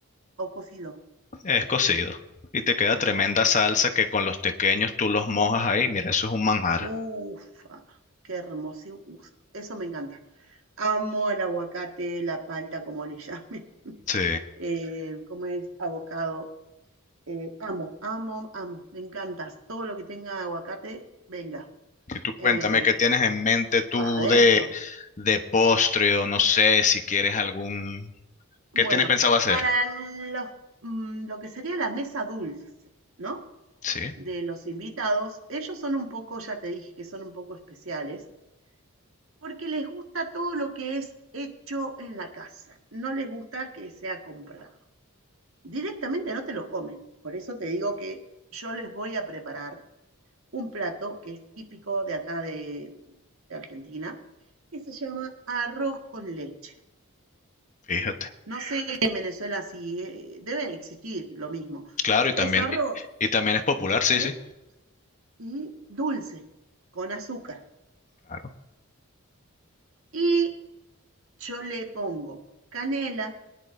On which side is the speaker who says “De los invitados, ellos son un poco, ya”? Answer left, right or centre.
Right